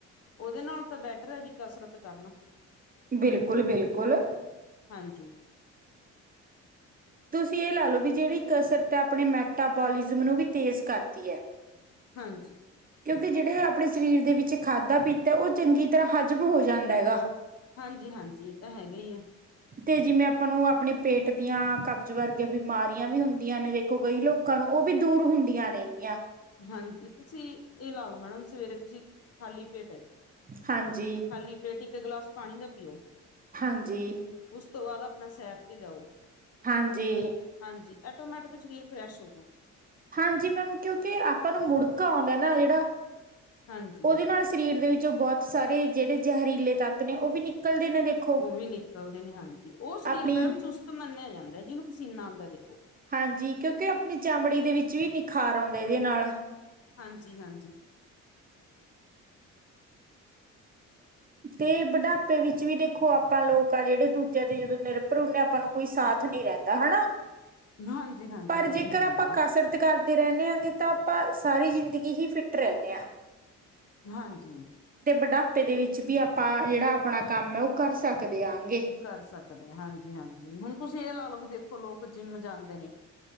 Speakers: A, on the left; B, on the right.
A: ਉਹਦੇ ਨਾਲ ਤਾਂ ਬੈਟਰ ਐ ਵੀ ਕਸਰਤ ਕਰਨਾ।
B: ਬਿਲਕੁੱਲ-ਬਿਲਕੁੱਲ।
A: ਹਾਂਜੀ।
B: ਤੁਸੀਂ ਇਹ ਲਾ ਲੋ ਵੀ। ਜਿਹੜੀ ਕਸਰਤ ਐ ਆਪਣੇ ਮੈਟਾਬੋਲਿਜ਼ਮ ਨੂੰ ਵੀ ਤੇਜ਼ ਕਰਦੀ ਐ।
A: ਹਾਂਜੀ।
B: ਕਿਉਂਕਿ ਜਿਹੜੇ ਆਪਣੇ ਸਰੀਰ ਦੇ ਵਿੱਚ ਖਾਧਾ ਪੀਤਾ ਉਹ ਚੰਗੀ ਤਰ੍ਹਾਂ ਹਜ਼ਮ ਹੋ ਜਾਂਦਾ ਹੈਗਾ।
A: ਹਾਂਜੀ-ਹਾਂਜੀ ਇਹ ਤਾਂ ਹੈਗਾ ਈ ਆ।
B: ਤੇ ਜਿਵੇਂ ਆਪਾਂ ਨੂੰ ਆਪਣੇ ਪੇਟ ਦੀਆਂ ਕਬਜ਼ ਵਰਗੀਆ ਬਿਮਾਰੀਆਂ ਵੀ ਹੁੰਦੀਆਂ ਨੇ ਦੇਖ ਕਈ ਲੋਕਾਂ ਨੂੰ ਉਹ ਵੀ ਦੂਰ ਹੁੰਦੀਆਂ ਨੇਗੀਆਂ।
A: ਹਾਂਜੀ ਤੁਸੀਂ ਇਹ ਲਾ ਲਓ ਮੈਡਮ ਸਵੇਰੇ ਤੁਸੀਂ ਖਾਲੀ ਪੇਟ ਏ,
B: ਹਾਂਜੀ,
A: ਖਾਲੀ ਪੇਟ ਇੱਕ ਗਲਾਸ ਪਾਣੀ ਦਾ ਪੀਓ।
B: ਹਾਂਜੀ
A: ਉਸ ਤੋਂ ਬਾਅਦ ਆਪਣਾ ਸੈਰ ਤੇ ਜਾਓ।
B: ਹਾਂਜੀ।
A: ਹਾਂਜੀ ਐਟੋਮੈਟਿਕ ਸਰੀਰ ਫਰੈਸ਼ ਹੋ ਜਾਂਦਾ।
B: ਹਾਂਜੀ ਮੈਮ ਕਿਉਂਕਿ ਆਪਾਂ ਨੂੰ ਮੁੜਕਾ ਆਉਂਦਾ ਨਾ ਜਿਹੜਾ,
A: ਹਾਂਜੀ।
B: ਉਹਦੇ ਨਾਲ ਸਰੀਰ ਦੇ ਵਿੱਚ ਵਿੱਚ ਬਹੁਤ ਸਾਰੇ ਜਿਹੜੇ ਜ਼ਹਿਰੀਲੇ ਤੱਤ ਨੇ ਉਹ ਵੀ ਨਿਕਲਦੇ ਨੇ। ਦੇਖੋ।
A: ਉਹ ਵੀ ਨਿਕਲਦੇ ਨੇ ਹਾਂਜੀ, ਉਹ ਸਰੀਰ
B: ਆਪਣੀ
A: ਮੈਡਮ ਚੁਸਤ ਮੰਨਿਆ ਜਾਂਦਾ ਜਿਹਨੂੰ ਪਸੀਨਾ ਆਂਦਾ ਦੇਖੋ।
B: ਹਾਂਜੀ ਕਿਉਂਕਿ ਆਪਣੀ ਚਮੜੀ ਦੇ ਵਿੱਚ ਵੀ ਨਿਖਾਰ ਆਉਂਦਾ ਇਹਦੇ ਨਾਲ।
A: ਹਾਂਜੀ-ਹਾਂਜੀ।
B: ਤੇ ਬੁਢਾਪੇ ਵਿੱਚ ਵੀ ਦੇਖੋ ਆਪਾਂ ਲੋਕ ਆ ਜਿਹੜੇ ਦੂਜਿਆਂ ਦੇ ਜਦੋਂ ਨਿਰਭਰ ਹੁੰਦੇ ਆਪਾਂ ਨੂੰ ਕੋਈ ਸਾਥ ਨਹੀਂ ਹਨਾ,
A: ਹਾਂਜੀ ਹਾਂਜੀ
B: ਪਰ
A: ਕੋਈ
B: ਜੇਕਰ
A: ਨੀ ਦਿੰਦਾ
B: ਆਪਾਂ ਕਸਰ ਰਤ ਕਰਦੇ ਰਹਿੰਨੇ ਆਗੇ ਤਾਂ ਆਪਾਂ ਸਾਰੀ ਜ਼ਿੰਦਗੀ ਹੀ ਫਿੱਟ ਰਹਿੰਨੇ ਆ।
A: ਹਾਂਜੀ।
B: ਤੇ ਬੁਢਾਪੇ ਦੇ ਵਿੱਚ ਵੀ ਆਪਾਂ ਜਿਹੜਾ ਆਪਣਾ ਕੰਮ ਏ ਉਹ ਕਰ ਸਕਦੇ ਆਗੇ।
A: ਕਰ ਸਕਦੇ ਆ ਹਾਂਜੀ-ਹਾਂਜੀ ਹੁਣ ਤੁਸੀਂ ਇਹ ਲਾ ਲਓ ਵੀ ਦੇਖੋ ਲੋਕ ਜਿੰਮ ਜਾਂਦੇ ਨੇ-